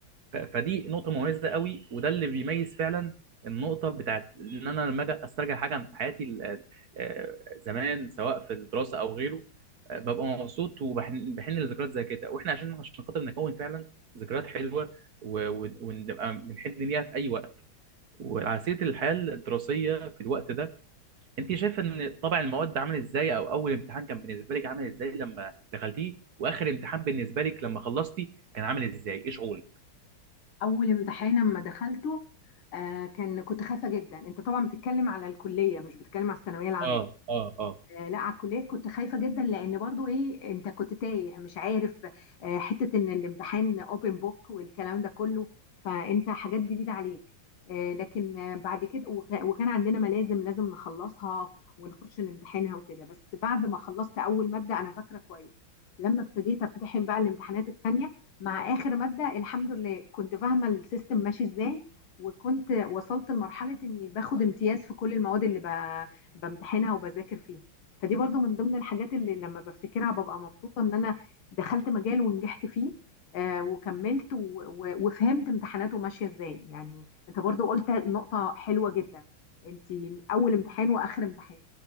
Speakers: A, on the right (about 55°); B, on the left (about 80°).
A: ف- فدي نقطه مميزه قوي وده اللي بيميز فعلا النقطه بتاعت ان انا لما اجي استرجع حاجه عن حياتي ال- آه، زمان سواء في الدراسه او غيره آه، ببقى مبسوط وبحن بحن لذكريات زي كده واحنا عشان عشان خاطر نكون فعلا ذكريات حلوه و- و- ونبقى بنحن ليها في اي وقت وعلى سيره الحياه الدراسيه في الوقت ده انت شايفه ان طبع المواد عامل ازاي او اول امتحان كان بالنسبه لك عامل ازاي لما دخلتيه واخر امتحان بالنسبه لك لما خلصتي كان عامل ازاي ايه شعورك؟
B: اول امتحان اما دخلته آه كان كنت خايفه جدا انت طبعا بتتكلم على الكليه مش بتتكلم على الثانويه العامه
A: اه اه اه
B: آه، لا على الكليه كنت خايفه جدا لان برضو ايه انت كنت تايه مش عارف آه، حته ان الامتحان اوبن بوك والكلام ده كله فانت حاجات جديده عليك آه، لكن آه، بعد كده وك- وكان عندنا ملازم لازم نخلصها ونخش نمتحنها وكده بس بعد ما خلصت اول ماده انا فاكره كويس لما ابتديت امتحن بقى الامتحانات التانية مع اخر ماده الحمد لله كنت فاهمه السيستم ماشي ازاي وكنت وصلت لمرحله اني باخد امتياز في كل المواد اللي ب- بمتحنها وبذاكر فيها فدي برضو من ضمن الحاجات اللي لما بفتكرها ببقى مبسوطة ان انا دخلت مجال ونجحت فيه آه وكملت و- و- وفهمت امتحاناته ماشية ازاي يعني انت برضو قلت نقطة حلوة جدا انت اول امتحان واخر امتحان